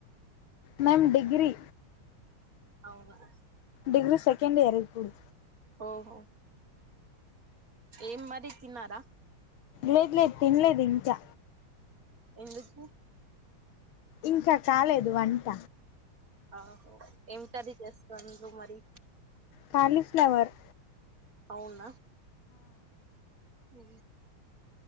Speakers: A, on the left; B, on the right.
A: మేమ్ డిగ్రీ
B: అవును అ
A: డిగ్రీ సెకండ్ ఇయర్ ఇప్పుడు
B: ఓహో ఏం మరి తన్నారా
A: లేదు లేదు తినలేదు ఇంకా
B: ఎందుకు
A: ఇంక కాలేదు వంట
B: ఆహో ఏమి సది చేస్తా నువ్వు మరి
A: కాలిఫ్లవర్
B: అవునా హ